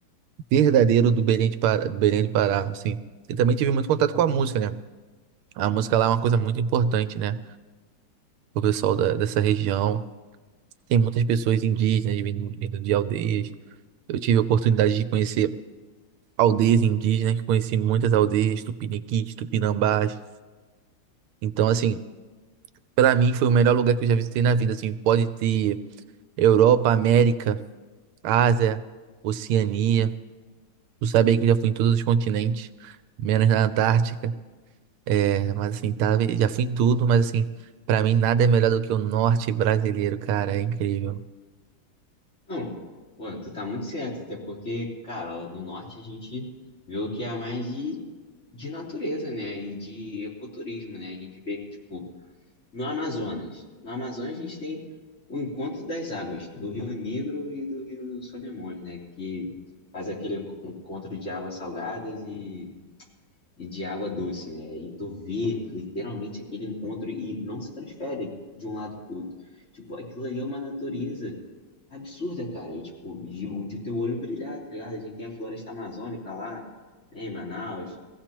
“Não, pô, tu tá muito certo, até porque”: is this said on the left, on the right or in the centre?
Left